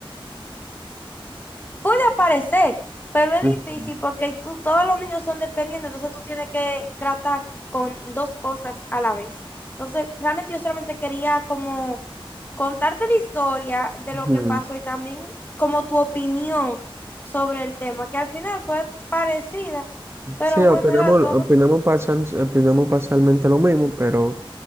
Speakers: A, on the left; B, on the right.
A: puede aparecer, pero es
B: Ujú,
A: difícil porque tú, todos los niños son dependientes, entonces tú tienes que tratar con dos cosas a la vez. Entonces, realmente yo solamente quería como contarte la historia de
B: ujú.
A: lo que pasó y también como tu opinión sobre el tema, que al final fue parecida, pero
B: Sí, opinamos,
A: bueno, era todo.
B: opinamos, parcial- opinamos parcialmente lo mismo, pero